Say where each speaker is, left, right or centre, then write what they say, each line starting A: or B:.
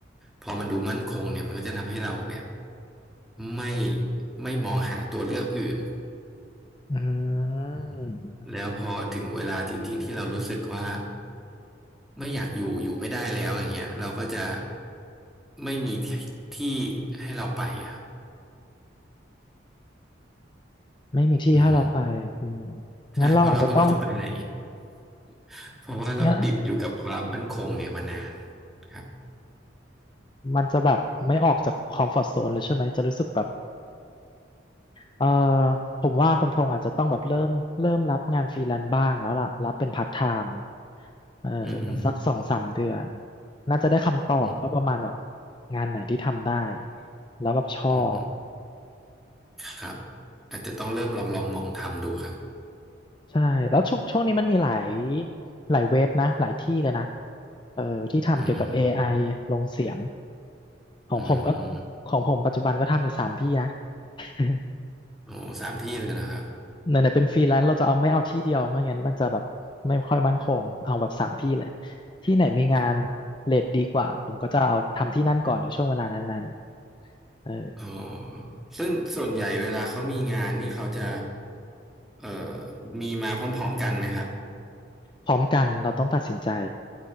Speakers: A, in the centre; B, on the left.
A: พอมันดูมั่นคงเนี่ยมันก็จะทำให้เราแบบไม่ไม่มองหาตัวเลือกอื่น
B: อืม
A: อืมแล้วพอถึงเวลาจริงๆที่เรารู้สึกว่าไม่อยากอยู่อยู่ไม่ได้แล้วอย่างเงี้ยเราก็จะไม่มีที่ให้เราไปอะครับ
B: ไม่มีที่ให้เราไปอืม
A: อืมใช่เพราะเราไม่รู้จะไปไหน
B: งั้นเราอาจจะต้อง
A: <laughs> เพราะว่าเราติดอยู่กับความมั่นคงเนี่ยมานาน
B: งั้น
A: ครับ
B: มันจะแบบไม่ออกจากคอมฟอร์ z โซนเลยใช่ไหมจะรู้สึกแบบเออผมว่าคุณพงษ์อาจจะต้องแบบเริ่มเริ่มรับงานฟรีแลนซ์บ้างแล้วล่ะรับเป็นพาร์ทไทม์เออ
A: อืม
B: สักสองสามเดือนน่าจะได้คำตอบว่าประมาณแบบ
A: อืม
B: งานไหนที่ทำได้แล้วแบบชอบ
A: อืม ครับอาจจะต้องเริ่มลองลองมองทำดูครับ
B: ใช่แล้วช่วงช่วงนี้มันมีหลายหลายเว็บนะหลายที่เลยนะเออที่ทำเกี่ยวกับ
A: อื
B: AI
A: ม
B: ลงเสียงของผมก็
A: อืม
B: ของผมปัจจุบันก็ทำอยู่สามที่นะ <laughs>
A: โอ้สามที่เลยนะครับ
B: ไหนๆเป็นฟรีแลนซ์เราจะเอาไม่เอาที่เดียวไม่งั้นมันจะแบบไม่ค่อยมั่นคงเอาแบบสามที่เลยที่ไหนมีงาน
A: อืม
B: เรทดีกว่าผมก็จะเอาทำที่นั่นก่อนในช่วงเวลานั้นๆเออ
A: อ๋อซึ่งส่วนใหญ่เวลาเขามีงานนี่เขาจะเอ่อมีมาพร้อมๆกันไหมครับ
B: พร้อมกันเราต้องตัดสินใจ